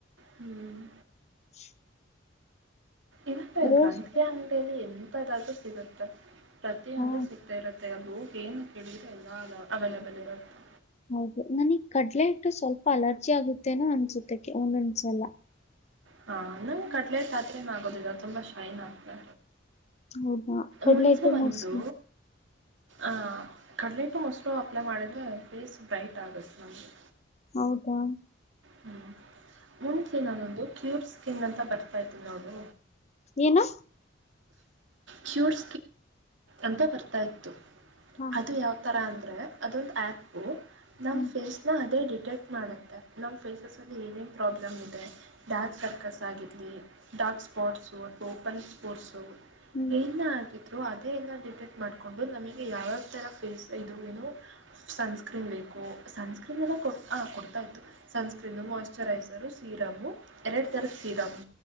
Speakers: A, on the right (about 80°); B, on the left (about 35°).
A: ಹ್ಮ್
B: <unintelligible>
A: ಇಂದ
B: ರೋಸ್
A: ಗಧುಗೆ ಅಂಗಿಯಲ್ಲಿ ಎಂಥಾದಾದ್ರೂ ಸಿಗುತ್ತೆ ಪ್ರತಿಯೊಂದು
B: ಹಾ
A: ಸಿಗ್ತಾ ಇರುತ್ತೆ. ಆಲ್ ಹೋಗಿ ಏನ್ ಕೇಳಿದ್ರ ಎಲ್ಲ ಅವೈಲಬಲ್ ಇರುತ್ತೆ.
B: ಹೌದು ನನಗ್ ಕಡ್ಲೆ ಇಟ್ಟು ಸ್ವಲ್ಪ ಅಲರ್ಜಿ ಆಗುತ್ತೇನೋ ಅನ್ಸುತ್ತಕ್ಕೆ ಒಂದೊಂದ್ಸಲ.
A: ಹಾ ಕಡ್ಲೆಹಿಟ್ ಹಾತ್ರೆನ ಆಗೋದಿಲ್ಲ ತುಂಬಾ ಶೈನ್ ಆಗುತ್ತೆ.
B: ಹೌದಾ ಕಡ್ಲೆ
A: ಮುಂಚೆ
B: ಹಿಟ್ಟು
A: ಒಂದು.
B: ಮೊಸರು
A: ಆ ಕಡ್ಲೆಟು ಮೊಸ್ರು ಅಪ್ಲೈ ಮಾಡಿದ್ರೆ ಫೇಸ್ ಬ್ರೈಟ್ ಆಗುತ್ತೆ ನಮಗೆ.
B: ಹೌದಾ.
A: ಹ್ಮ್ ಮುಂಚೆ ನಾನೊಂದು ಕ್ಯೂರ್ ಸ್ಕಿನ್ ಅಂತ ಬರ್ತಾ ಇತ್ತು ನೋಡು.
B: ಏನು
A: ಕ್ಯೂರ್ ಅಂತ ಬರ್ತಾ ಇತ್ತು
B: ಹಾ
A: ಅದು ಯಾವತರ ಅ ಅಂದ್ರೆ ಅದೊಂದು ಆ್ಯಪು ನಮ್ಮ
B: ಹ್ಮ್
A: ಫೇಸ್ನ ಅದೇ ಡಿಟೆಕ್ಟ್ ಮಾಡುತ್ತೆ. ನಮ್ ಫೇಸಸ್ ಅಲ್ಲಿ ಏನೇನ್ ಪ್ರೊಬ್ಲಮ್ ಇದೆ. ಡಾರ್ಕ್ ಸರ್ಕಸ್ ಆಗಿರಲಿ ಡಾರ್ಕ್ ಸ್ಪಾಟ್ಸು ಅಥವಾ ಓಪನ್ ಸ್ಪೋರ್ಟ್ಸು.
B: ಹ್ಮ್
A: ಏನ್ ಆಗ ಅದೇಲ್ಲ ಡಿಟೆಕ್ಟ್ ಮಾಡಕೊಂಡು ನಮಗೆ ಯಾವ್ಯಾವ ತರ ಫೇಸ್ ಇದು ಏನು ಸನ್ಸ್ಕ್ರೀನ್ ಬೇಕು ಸನ್ಸ್ಕ್ರೀನ್ ಎಲ್ಲ ಕೊ ಆ ಕೊಡ್ತಾ ಇತ್ತು. ಸನ್ಸ್ಕ್ರೀನು ಮಾಯ್ಚರೈಸರು ಸೀರಮು ಎರಡು ಥರದ ಸೀರಮು.